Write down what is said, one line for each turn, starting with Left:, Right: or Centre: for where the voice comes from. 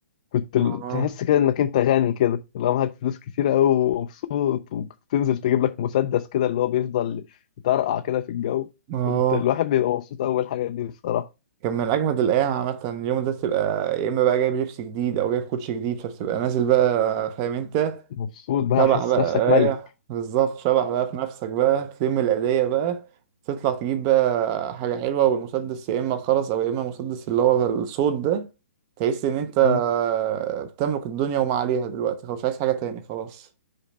Left: كنت ال-
Right: اه
Left: تحس كده انك انت غني كده لو معاك فلوس كتير قوي ومبسوط وكنت تنزل تجيب لك مسدس كده اللي هو بيفضل يطرقع كده في الجو
Right: اه
Left: كنت الواحد بيبقى مبسوط اول حاجه دي بصراحه
Right: كان من اجمد الايام عامة اليوم ده تبقى يا اما بقى جايب لبس جديد او جايب كوتش جديد فبتبقى نازل بقى فاهم انت
Left: مبسوط بقى
Right: شبح
Left: حاسس
Right: بقى
Left: نفسك ملك
Right: ايه بالظبط شبح بقى في نفسك بقى تلم العيدية بقى تطلع تجيب بقى حاجة حلوة والمسدس يا إما الخرز أو يا إما المسدس اللي هو الصوت ده تحس إن أنت
Left: مم.
Right: بتملك الدنيا وما عليها دلوقتي خلاص مش عايز حاجة تاني خلاص